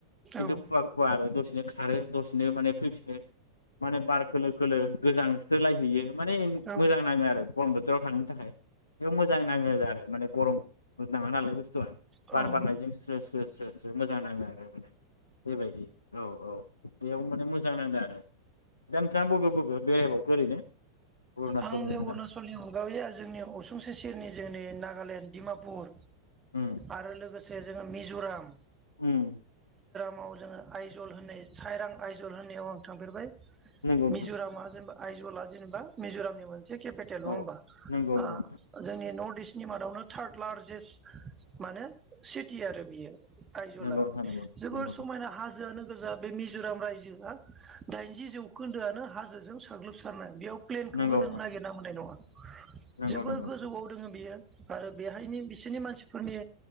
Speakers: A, on the left (about 75°); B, on the right (about 20°).
A: खिन्थु
B: औ
A: खुवा खुवा आरो दसेनो खारो दसेनो माने फैफि <unintelligible> माने बार खोलो खोलो गोजांस्रोलायहैयो माने
B: औ नंगौ
A: मोजां नाङो आरो गरम बो गाव थांनो थाखाय बेयाव मोजां नाङो आरो माने गरम गोजाङो नालाय बुस्थुवा
B: उम
A: बार बारनायजों स्रो स्रो स्रो स्रो मोजां नाङो आरो माने बेबायदि औ औ बेयाव माने मोजां नांदों आरो दा नोंथाङा बबे बबे बेरायबावखो ओरैनो अरुणाचलनि
B: आंनि
A: अनगा
B: अरुणाचलनि अनगायैया जोंनि असुंसे सेरनि जोंनि नागालेण्ड दिडमापुर
A: उम
B: आरो लोगोसे से जोङो मिज'राम
A: उम
B: माव जोङो आइजल होननाय साइरां आइजल होननायाव आं थांफेरबाय
A: नंगौ नोंथां
B: मिज'रामा जेनेबा आइजला जेनेबा मिज'रामनि मोन से केपिटेल नङा
A: औ
B: होमबा
A: नंगौ
B: ओ
A: नंगौ नोंथां
B: जोंनि नर्थ इस्ट थिनि मादावनो थार्ड लार्जेस्ट माने सिटि आरो बियो आइजला
A: नंगौ नोंथां
B: जोबोर
A: नंगौ
B: समायना हाजोआनो गोजा बे मिज'राम रायजोआ दाइनजि जौखोन्दोआनो हाज जों साग्लोबसारनाय बेयाव प्लेनखौनो
A: नंगौ
B: नों नागिरना मोन्नाय नङा।
A: नंगौ
B: जोबोर
A: नोंथां
B: गोजौआव दोङो बियो आरो बेहायनि बिससिनि मानसि फोरनि